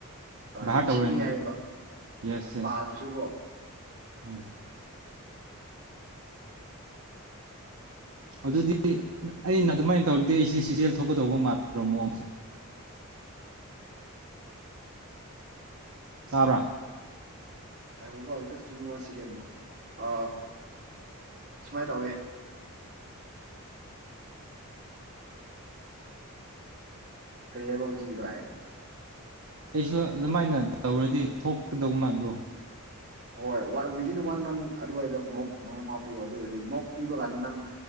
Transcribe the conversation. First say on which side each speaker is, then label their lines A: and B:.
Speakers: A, on the right (about 65°); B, on the right (about 50°).
A: ꯚꯍꯥꯔ
B: ꯅꯤꯡꯁꯤꯡꯉꯦ
A: ꯇꯧꯔꯅꯦꯕ
B: ꯍꯥꯏꯕ
A: ꯌꯦꯁ ꯌꯦꯁ
B: ꯄꯥꯗ꯭ꯔꯁꯨꯀꯣ
A: ꯎꯝ ꯑꯗꯨꯗꯤ ꯑꯩꯅ ꯑꯗꯨꯃꯥꯏꯅ ꯇꯧꯔꯗꯤ ꯑꯩꯁꯦ ꯁꯤꯆꯦꯜ ꯊꯣꯛꯀꯗꯧꯕ ꯃꯥꯥꯟꯕ꯭ꯔꯣ ꯃꯑꯣꯡꯁꯦ ꯇꯥꯕ꯭ꯔꯥ
B: ꯍꯥꯏ ꯍꯣ ꯖꯁꯃꯤ ꯋꯥꯟ ꯁꯦꯀꯦꯟ ꯐꯣ ꯑ ꯁꯨꯃꯥꯏ ꯇꯧꯋꯦ ꯀꯔꯤ ꯍꯥꯏꯕꯥꯎꯖꯤ ꯀꯗꯣꯑ
A: ꯑꯩꯁꯨ ꯑꯗꯨꯃꯥꯏꯅ ꯇꯧꯔꯗꯤ ꯊꯣꯛꯀꯗꯧꯕ ꯃꯥꯟꯕ꯭ꯔꯣ
B: ꯍꯣꯏ ꯋꯤꯗꯤꯟ ꯋꯥꯟ ꯃꯟ ꯑꯗꯨꯋꯥꯏꯗꯣ ꯃꯣꯛ ꯃꯉꯥ ꯃꯉꯥ ꯄꯤꯌꯣ ꯑꯗꯨ ꯑꯣꯏꯔꯗꯤ ꯃꯣꯛ ꯄꯤꯕ ꯀꯥꯟꯗ ꯅꯪ